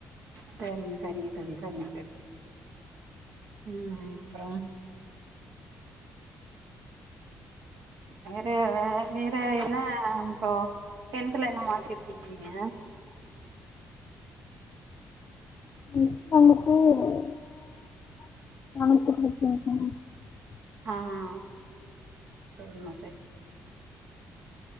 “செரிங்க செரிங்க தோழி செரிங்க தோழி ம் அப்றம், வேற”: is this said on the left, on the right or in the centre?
Right